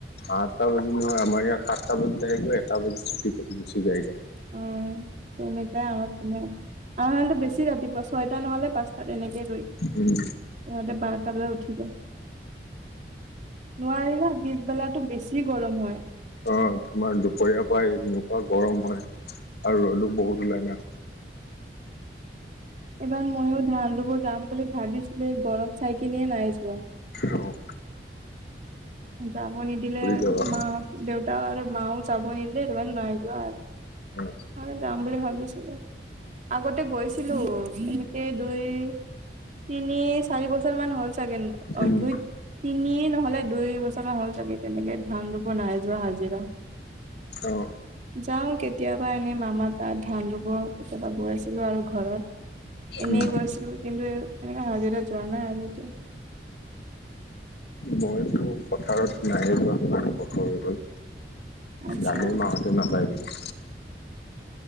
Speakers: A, on the left; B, on the right.
A: আঠটা বাজি নহয় আমাৰ ইয়াত সাতটা বাজি আহিবই এটা বাজি ছুটি কৰি গুচি যায়গে
B: উম, তেনেকাই আমাৰ পিনেও। আমাৰ ফালে টো বেছি ৰাতিপুৱা ছয়টা নহ'লে পাঁচটাত এনেকে ৰুই,
A: উম,
B: সিহঁতে বাৰটা বজাত উঠি যায়, নোৱাৰি না পিছবেলাতো বেছি গৰম হয়।
A: আহ তোমাৰ দুপৰীয়াৰ পৰাই এনেকুৱা গৰম হয় আৰু ৰ'দো বহুত ওলাই না।
B: এবাৰ ময়ো ধান ৰুব যাম বুলি ভাবিছিলো গৰম চাইকিনে নাই যোৱা।
A: থ
B: যাব নিদিলে আৰু
A: যাবা
B: মাহঁত দেউতা আৰু মাও যাব নিদিলে এইটো কাৰণে নাই যোৱা
A: অ
B: আৰু যাম বুলি ভাবিছিলো। আগতে গৈছিলো এনেকে দুই তিনি চাৰি বছৰ মান হ'ল চাগে ন অ
A: উম
B: দুই তিনি নহ'লে দুই চা হ'ল চাগে তেনেকে ধান ৰুব নাই যোৱা হাজিৰা
A: অ
B: যাওঁ কেতিয়াবা এনে মামাৰ তাত ধান ৰুব কেতিয়াবা গৈছিলো আৰু ঘৰত এনেই
A: উম
B: গৈছিলো কিন্তু এনেকা হাজিৰা যোৱা নাই আৰু এতিয়া।
A: মইটো পথাৰত নায়ে যোৱা কিমান বছৰ হৈ গ'ল
B: আচ্ছা
A: গালি মাহঁতে নাপায় বুলি